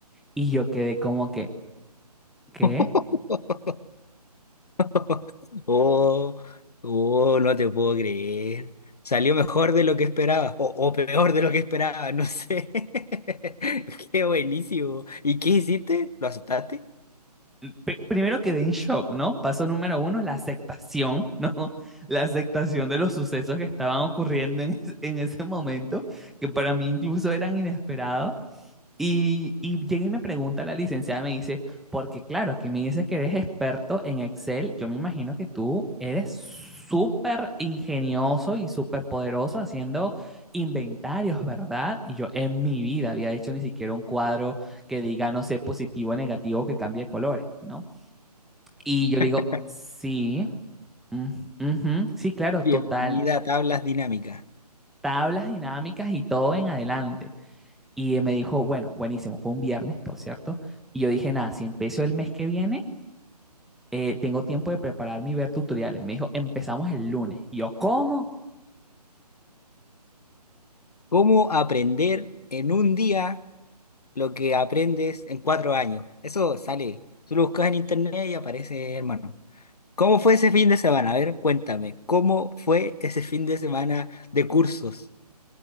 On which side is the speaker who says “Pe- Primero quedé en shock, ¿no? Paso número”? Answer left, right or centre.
Centre